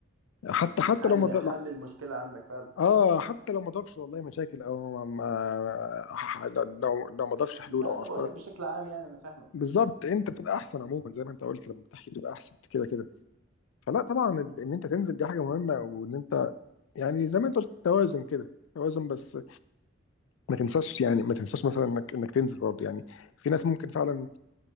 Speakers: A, on the left; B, on the right.
A: حتى حتى
B: حل
A: لو ما ض-
B: حل المشكله عندك فعلا
A: اه حتى لو ما ضافش والله مشاكل او ما ما- لو لو ما ضافش حلول
B: لا
A: او
B: انا
A: افكار
B: بقول لك بشكل عام يعني انا فاهمك
A: بالظبط انت بتبقى احسن عموما زي ما انت قلت لما بتحكي بتبقى احسن كده كده فلا طبعا ال- ان انت تنزل دي حاجه مهمه وان انت يعني زي ما انت قلت توازن كده توازن بس ما تنساش يعني ما تنساش مثلا انك انك تنزل برضه يعني في ناس ممكن فعلا